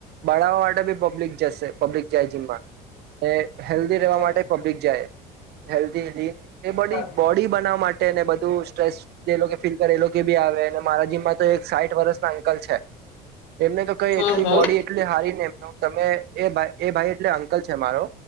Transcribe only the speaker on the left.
હા
હા
હમ
હમ